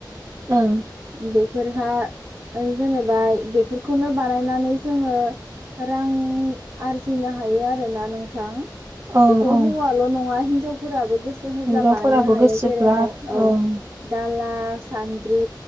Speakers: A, on the right; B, on the right.
A: ओं
B: बेफोरहा जेनेबा बेफोरखौनो बानायनानै जोङो रां आरजिनो हायो आरोना नोंथां
A: ओं
B: बेखौ
A: ओं
B: हौवाल' नङा हिनजावफोराबो गोसो जों होब्ला
A: हिनजावफोराबो
B: बानायनो हायो।
A: गोसोब्ला
B: जेरैहाय औ
A: ओं
B: दाला सान्द्रि